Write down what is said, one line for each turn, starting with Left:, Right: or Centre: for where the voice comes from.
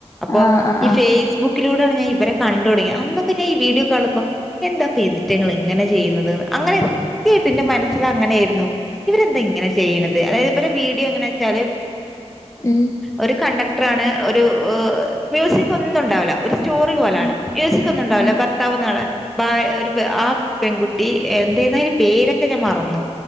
Centre: അപ്പൊ
Left: ആഹ് ആഹ്
Centre: ഈ
Left: ആഹ്
Centre: ഫേസ്ബുക്കിലൂടെ ഞാൻ ഇവരെ കണ്ടു തുടങ്ങി, അന്നൊക്കെ ഞാൻ ഈ വീഡിയോ കാണുമ്പോ എന്താ ഇതിറ്റങ്ങൾ ഇങ്ങനെ ചെയ്യുന്നത്. അങ്ങനെ സത്യയിട്ട്ന്റെ മനസ്സിൽ അങ്ങനെയായിരുന്നു. ഇവരെന്താ ഇങ്ങനെ ചെയ്യണുന്നത് അതായത് ഇവര വീട് ങ്ങന വെച്ചാല്
Left: ഉം
Centre: ഒരു കണ്ടക്ടറാണ് ഒരു മ്യൂസിക് ഒന്നും ഉണ്ടാവില്ല ഒരു സ്റ്റോറി പോലാണ്
Left: ഉം
Centre: മ്യൂസിക്ക്‌ ഒന്നും ഉണ്ടാവല്ലോ
Left: ഉം
Centre: ഭർത്താവ് നാ ആ ഒരു ആ പെൺകുട്ടി എന്ത ന്നാ പേരൊക്കെ ഞാൻ മറന്നു